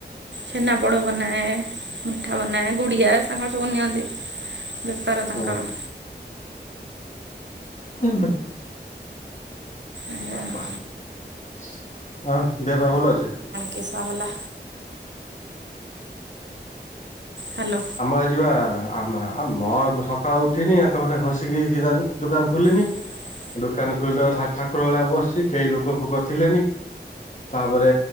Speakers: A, on the right; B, on the left.
A: ଛେନାପୋଡ଼ ବନାଏ ମିଠା ବନାଏ ଗୁଡ଼ିଆ ସାଙ୍ଗ ସବୁ ନିଅନ୍ତି। ବେସ୍ତାରେ ତାଙ୍କର।
B: ହୁଁ ହ
A: ଏଇଆ
B: ବାପା
A: ଆଉ।
B: ହଁ ଦେବା ଭଲ ଅଛି
A: କେଶ ହେଲା। ହ୍ୟାଲୋ
B: ଆମ ଆ ଯିବା ଆ ଆ ମ ସକାଳୁ ଉଠିନି ଆ ତ କଥା ଖସିକି ଦୋକାନ ଖୋଲିନି।
A: ହ <unintelligible> <inaudible>
B: ଦୋକାନ ଖୋଲିଲ ଠାକୁର ଭଳିଆ ବସି କେହି ଲୋକ ଫୋକ ଥିଲେନି। ତାପରେ